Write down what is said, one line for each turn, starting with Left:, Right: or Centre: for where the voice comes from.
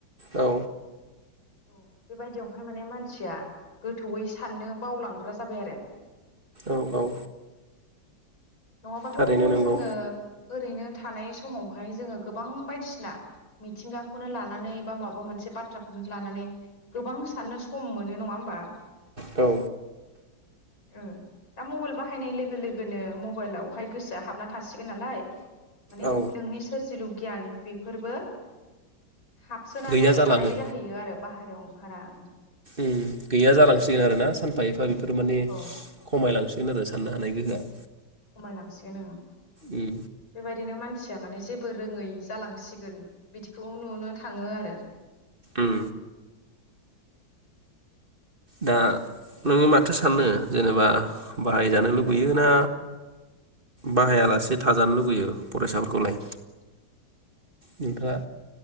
Right: औ
Left: औ बेबायदियावहाय माने मानसिया गोथौयै साननो बावलांग्रा जाबाय आरो
Right: औ - औ
Left: नङाबाथ'
Right: थारैनो नंगौ
Left: जोंङो ओरैनो थानाय समावहाय जोंङो गोबां बायदिसिना मिथिंगाखौनो लानानै बा माबा मोनसे बाथ्राखौनो लानानै गोबां साननो सम मोनो नंङा होमबा
Right: औ
Left: ओ दा मबाइल बाहायनाय लोगो लोगोनो म मबाइलावहाय गोसोआ हाबना थासिगोन नालाय माने
Right: औ
Left: नोंनि सोरजलु गियान बे फोरबो हाबसोनानै
Right: गैया जालाङो
Left: थानाय जाहैयो आरो बाहेरायाव खारारा ओं
Right: ओम गैया जालांसिगोन आरो ना सानफा एफा बेफोर माने
Left: औ
Right: खमायलांसिगोन आरो साननो हानाय बिदिनो
Left: खमायलां सिगोन ओं
Right: उम
Left: बेबायदिनो मानसि <unintelligible> माने जेबो रोंङै जालांसिगोन बिदिखौ नुनो थांङो आरो
Right: ओम दा नों मा थो सानो जेनेबा बाहायजानो लुुबैयो ना बाहायालासे थाजानो लुुबैयो फरायसाफोरखौलाय नोंथाङा